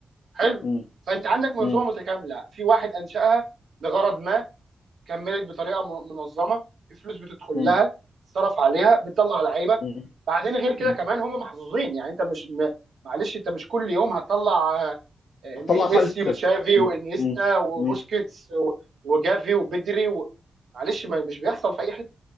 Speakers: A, on the right; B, on the left.
A: حلو
B: مم.
A: فانت عندك منظومه
B: مم.
A: متكامله في واحد انشاها لغرض ما كملت بطريقه م- منظمه في فلوس بتدخل
B: مم.
A: لها تصرف عليها بتطلع لعيبه
B: مم.
A: بعدين غير كده
B: مم.
A: كمان هم محظوظين يعني انت مش م- معلش انت مش كل يوم هتطلع آه، م-
B: هتطلع فلسفه
A: ميسي وتشافي وانيستا
B: مم.
A: وبوسكيتس
B: مم.
A: و- وجافي وبدري و... معلش ما مش بيحصل في اي حته